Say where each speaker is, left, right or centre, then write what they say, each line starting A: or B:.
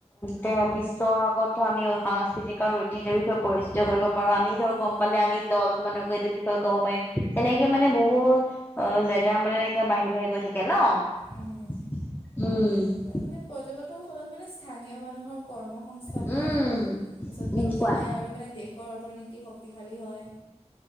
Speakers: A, on the left; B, on the left.
A: তে বিশ্বৰ আগত আমি সাংস্কৃতিক আৰু ঐতিহ্যৰ বিষয়ে পৰিচিত কৰিব পাৰ আমি ধৰক
B: উম,
A: গম পালে আমি দহজন মানকো এইটো বিষয়ে ক'ব পাৰিম তেনেকে মানে বহুত অ জেগা মানে এনেকা বাঢ়ি বাঢ়ি গৈ থাকে ন
B: উম।
A: উম
B: তাৰ মানে প্ৰজগতৰ ফলত মানে স্থানীয় মানুহৰ কৰ্ম সংংস্থাপন
A: উম
B: তাৰপিছত বৃদ্ধি
A: উম কোৱা
B: পায় আৰু মানে দেশৰ অৰ্থনীতি শক্তিশালী হয়